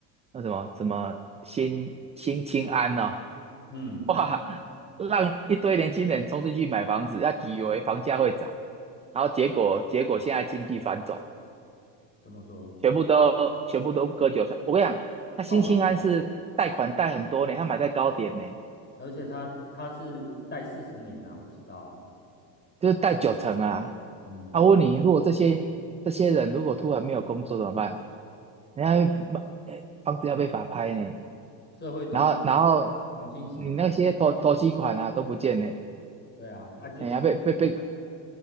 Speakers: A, on the right; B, on the left.
A: 那什么什么新新青安哦，
B: 嗯，
A: <laughs> 哇，让一堆年轻人冲进去买房子，他以为房价会涨，然后结果结果现在经济反转，
B: 怎么说？
A: 全部都全部都割韭菜。我跟你讲，那新青安是贷款贷很多年，
B: 套牢的，
A: 他买在高点呢。
B: 而且它它是贷四十年呐、我知道啊。
A: 就是贷九成啊。
B: 嗯，
A: 他问你，如果这些这些人如果突然没有工作怎么办？人家卖呃房子要被法拍呢，
B: 社会动荡，
A: 然后然后
B: 重新洗牌啊
A: 你那些投投期款啊都不见呢，
B: 对啊，那、就重新洗牌。
A: 人家被被被